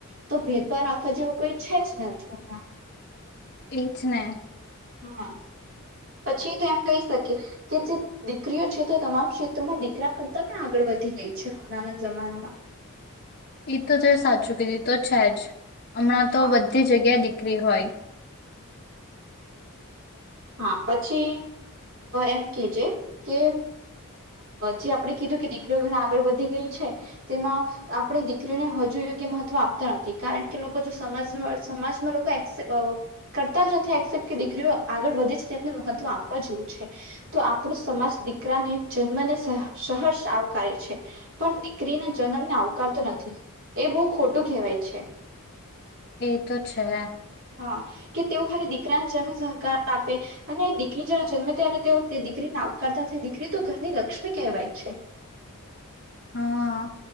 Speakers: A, on the right (about 60°); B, on the left (about 45°).
A: તો ભેદભાવ માખવા જેવું કઈ છે જ નથી એમના
B: એ જ ને
A: હા પછી તો એમ કહી શકીએ કે જે દીકરીઓ છે તે તમામ ક્ષેત્રોમાં દીકરા કરતા પણ આગળ વધી ગઈ છે હમણાંના જમાનામાં
B: એ તો તો સાચું કીધું તો છે જ હમણાં તો
A: હા
B: બધી જગ્યાએ દ બક્રી હોય
A: હા પછી એમ કેજ કેમ જે આપણે કીધું કે દીકરીઓ ઘણા આગળ વધી ગઈ છે તેમાં આપણે દીકરીઓને હજુ યોગ્ય મહત્ત્વ આપતા નથી કારણ કે લોકો જો સમાજ સમાજમાં લોકો કરતા જ નથી એક્સેપ્ટ કે દીકરીઓ આગળ વધે છે તેમને મહત્વ આપવા જેવું છે તો આપણો સમાજ દીકરાને જન્મને સહર્ષ આવકારે છે પણ દીકરીના જન્મને આવકારતો નથી એ બહુ ખોટું કહેવાય છે
B: એ તો છે
A: હા કે તેઓ ખાલી દીકરા સહકાર આપે અને દીકરી જયારે જન્મે ત્યારે તેઓ દીકરીને આવકારતા દીકરી તો ઘરની લક્ષ્મી કહેવાય છે
B: હા